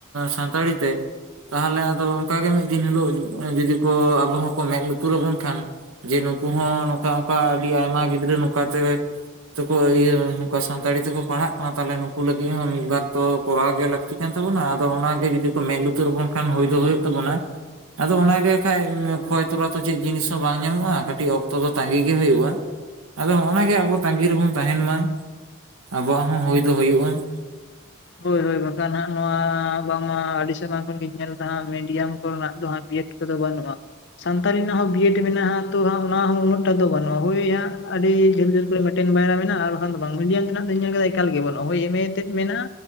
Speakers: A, on the right; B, on the left.
A: ᱥᱟᱱᱛᱟᱲᱤ ᱛᱮᱼᱼ ᱛᱟᱦᱚᱞᱮ ᱟᱫᱚ ᱚᱱᱠᱟ ᱜᱮ ᱢᱤᱫ ᱫᱤᱱ ᱦᱤᱞᱳᱜ ᱡᱩᱫᱤ ᱠᱚ ᱟᱵᱚ ᱦᱚᱸᱠᱚ ᱢᱮᱸᱫ ᱞᱩᱛᱩᱨ ᱟᱵᱚᱱ ᱠᱷᱟᱱ ᱡᱮ ᱱᱩᱠᱩ ᱦᱚᱸ ᱱᱚᱝᱠᱟ ᱚᱝᱠᱟ ᱟᱹᱰᱤ ᱟᱭᱢᱟ ᱜᱤᱫᱽᱨᱟᱹ ᱱᱚᱝᱠᱟᱛᱮᱼᱼ ᱛᱮᱠᱚ ᱤᱭᱟᱹ ᱥᱟᱱᱛᱟᱲᱤ ᱛᱮᱠᱚ ᱯᱟᱲᱦᱟᱜ ᱠᱟᱱᱟ ᱛᱟᱦᱞᱮ ᱱᱩᱠᱩ ᱞᱟᱹᱜᱤᱫ ᱦᱚᱸ ᱢᱤᱫ ᱵᱟᱨ ᱛᱚ ᱠᱚᱨᱟᱣ ᱜᱮ ᱞᱟᱹᱠᱛᱤ ᱠᱟᱱ ᱛᱟᱵᱚᱱᱟ ᱟᱫᱚ ᱚᱱᱟ ᱜᱮ ᱡᱩᱫᱤ ᱠᱚ ᱢᱮᱸᱫ ᱞᱩᱛᱩᱨ ᱟᱵᱚᱱ ᱠᱷᱟᱱ ᱦᱩᱭ ᱫᱚ ᱦᱩᱭᱩᱜ ᱛᱟᱵᱚᱱᱟ ᱟᱫᱚ ᱚᱱᱟ ᱜᱮ ᱠᱷᱟᱡ ᱠᱷᱚᱭ ᱛᱚᱨᱟ ᱫᱚ ᱪᱮᱫ ᱡᱤᱱᱤᱥ ᱦᱚᱸ ᱵᱟᱝ ᱧᱟᱢᱚᱜᱼᱟ ᱠᱟᱹᱴᱤᱡ ᱚᱠᱛᱚ ᱫᱚ ᱛᱟᱺᱜᱤ ᱜᱮ ᱦᱩᱭᱩᱜᱼᱟ ᱟᱫᱚ ᱱᱚᱜᱱᱟ ᱜᱮ ᱟᱵᱚ ᱛᱟᱺᱜᱤ ᱨᱮᱵᱚᱱ ᱛᱟᱦᱮᱱ ᱢᱟ ᱟᱵᱚᱣᱟᱜ ᱦᱚᱸ ᱦᱩᱭ ᱫᱚ ᱦᱩᱭᱩᱜᱼᱟ ᱾
B: ᱦᱳᱭ ᱦᱳᱭ ᱵᱟᱠᱷᱟᱱ ᱦᱟᱸᱜ ᱱᱚᱣᱟ ᱵᱟᱝᱢᱟ ᱟᱹᱰᱤ ᱥᱮᱨᱢᱟ ᱠᱷᱚᱱ ᱜᱤᱧ ᱧᱮᱞ ᱮᱫᱟ ᱦᱟᱸᱜ ᱢᱤᱰᱤᱭᱟᱢ ᱠᱚ ᱨᱮᱱᱟᱜ ᱫᱚ ᱦᱟᱸᱜ ᱵᱤ. ᱮᱰ ᱠᱚᱫᱚ ᱵᱟᱹᱱᱩᱜᱼᱟ <inaudible> ᱥᱟᱱᱛᱟᱲᱤ ᱨᱮᱱᱟᱜ ᱦᱚᱸ ᱵᱤ ᱮᱰ ᱢᱮᱱᱟᱜᱼᱟ ᱛᱚ ᱦᱟᱸᱜ ᱚᱱᱟ ᱦᱚᱸ ᱩᱱᱟᱹᱜ ᱴᱟᱜ ᱫᱚ ᱵᱟᱹᱱᱩᱜᱼᱟ ᱦᱳᱭ ᱦᱟᱸᱜ ᱟᱹᱰᱤ ᱡᱷᱟᱹᱞ ᱡᱷᱟᱹᱞ᱾ ᱢᱤᱫᱴᱮᱱ ᱵᱟᱭᱨᱟ ᱢᱮᱱᱟᱜᱼᱟ ᱟᱨ ᱵᱟᱠᱷᱟᱱ ᱫᱚ ᱵᱟᱝ ᱢᱤᱰᱤᱭᱟᱢ ᱛᱮᱱᱟᱜ ᱫᱚ ᱮᱠᱟᱞ ᱜᱮ ᱵᱟᱱᱩᱜᱼᱟ ᱦᱳᱭ ᱮᱢ ᱮ ᱛᱮᱫ ᱢᱮᱱᱟᱜᱼᱟ